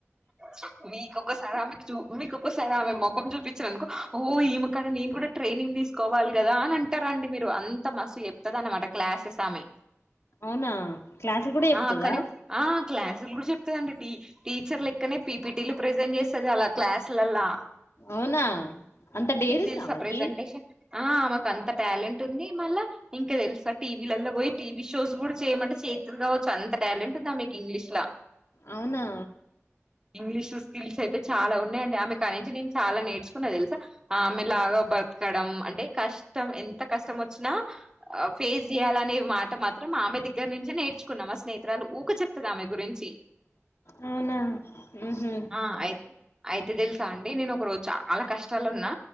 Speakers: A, on the right; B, on the left.
A: <unintelligible> క్కక్కసారి ఆమెకు చ మీకొక్కసారి ఆమె మొఖం చూపించానుకో ఓహో ఈక్కడ నేను కూడా ట్రైనింగ్ తీసుకోవాలి కదా అని అంటారండి మీరు అంత మస్త్ చెప్తద అనమాట క్లాసెస్ ఆమె
B: అవునా క్లాసులు కూడ చెప్తుద
A: ఆ కానీ ఆ క్లసులు కూడ <unintelligible> చెప్తది అండి టీచర్ లక్కనే పీపీటీలు ప్రజెంట్ చేస్తది అలా క్లాస్లలా
B: అవునా అంత డేర్
A: మీకు
B: ఉందా
A: తెల్స
B: ఆమెకి
A: ప్రెజెంటేషన్ ఆ ఆమెకు అంత టాలెంట్ ఉంది మళ్ళా ఇంక తెలుసా టీ వీళ్లల్లో పోయి టీవీ షోస్ కూడా చేయమంటే చేతులు కావచ్చు అంత టాలెంట్ ఉందా మీకు ఇంగ్లీష్ లా
B: అవునా
A: ఇంగ్లీష్ స్కిల్స్ అయితే చాల ఉన్నాయండి ఆమె కాని ను నేను చాల నేర్చ తెలుసా ఆమెలాగ బతకడం అంటే కష్టం ఎంత క <unintelligible> ఫేస్ చేయాలనే మాట మాత్రం ఆమె దగ్గర్నుంచే నే ర్చుకున్నా మా స్నేహితురాలు ఊకె చెప్పుతది ఆమె గురించి
B: అవున ఉహు
A: ఆ అయితే అయితే తెల్సా అండి నేను ఒక రోజు చాలా కష్టాల్లో ఉన్నా